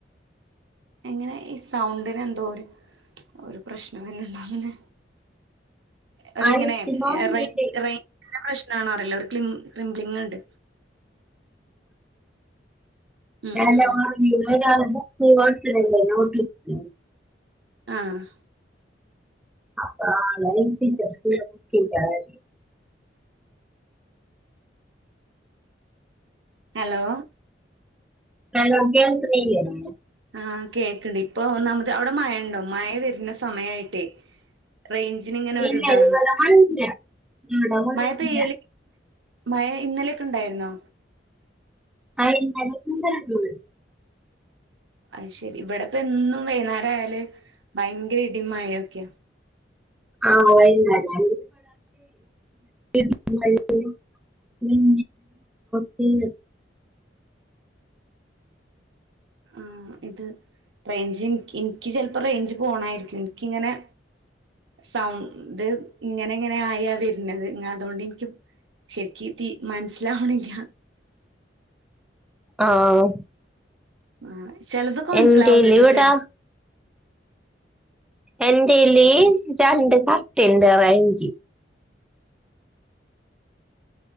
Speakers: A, on the right; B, in the centre.
A: എങ്ങനെ ഈ സൗണ്ടിന് എന്തോ ഒര് ഒരു പ്രശ്നം വരുന്നുണ്ടോ അങ്ങനെ അത്
B: ആയിരത്തിപ്പോ
A: ഇങ്ങനെ
B: വില
A: റേ റേഞ്ചിൻ്റെ പ്രശ്നമാണ് അറിയില്ല ഒരു ക്ലം ക്രിംബ്ലി ഉണ്ട് ഉം
B: എന്താണ്
A: ഉം
B: എന്നും രാവിലെ ബുക്ക് കൊടുത്ത് വിടൂലെ നോട്ട്ബുക്ക്
A: ആഹ്
B: അപ്പം <unintelligible>
A: ഹലോ
B: ഹലോ കേൾക്കിണില്ലേ
A: ആഹ് കേൾക്കണ്ട് ഇപ്പൊ ഒന്നാമത് അവിടെ മഴയുണ്ടോ മഴ വരുന്ന സമയായിട്ടേ റേഞ്ചിന് ഇങ്ങനെ
B: ഇല്ല
A: ഒരു ഇതാണ്
B: ഇവിടെ മഴയില്ല ഇവിടെ മഴയില്ല
A: മഴ പെയ്യല് മഴ ഇന്നലെയൊക്ക ഉണ്ടായിരുന്നോ
B: ആഹ് ഇന്നലെയൊക്കെ ഇണ്ടായിരുന്നു
A: അത് ശെരി ഇവിടിപ്പൊ എന്നും വൈകുന്നേരായല് ഭയങ്കര ഇടിയും മഴയൊക്കെയ
B: ആഹ് വൈകുന്നേരം <unintelligible> ഉം പിന്നെ <unintelligible>
A: ആഹ് ഇത്, റെയ്ഞ്ച്ൻ ഇൻക്ക് ചെൽപ്പൊ റെയ്ഞ്ച് പോണായിര്ക്കും ഇൻ ങ്ങനെ സൗണ്ട് ഇങ്ങനെ ഇങ്ങനെ ആയാ വര്നത്. ഇഞ്ഞതോണ്ട്ൻക്ക് ഇക്ക് തീ മനസ്സിലാവാണില്ല.
B: ആഹ്
A: ആഹ്. ചെലതൊക്കെ മനസ്സിലാവണ്ട്ട്ടൊ,
B: എന്റേല് ഇവിടെ
A: ചെൽ
B: എന്റേല് രണ്ട് കട്ടണ്ട് <unintelligible>